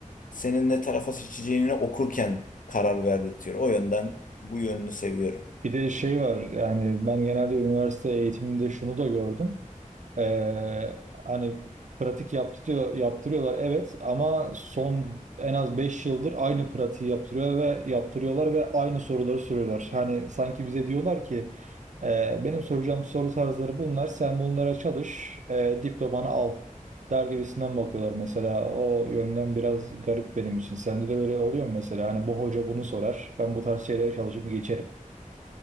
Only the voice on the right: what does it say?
Bir de şey var yani ben genelde üniversite eğitiminde şunu da gördüm. Ee, hani pratik yaptırıyor, yaptırıyorlar evet ama son en az 5 yıldır aynı pratiği yaptırıyor ve yaptırıyorlar ve aynı soruları soruyorlar. Hani sanki bize diyorlar ki "Ee, benim soracağım soru tarzları bunlar sen bunlara çalış e, diplomanı al der gibisinden bakıyorlar mesela o yönden biraz garip benim için. Sende de böyle oluyor mu mesela hani bu hoca bunu sorar ben bu tarz şeylere çalışıp geçerim.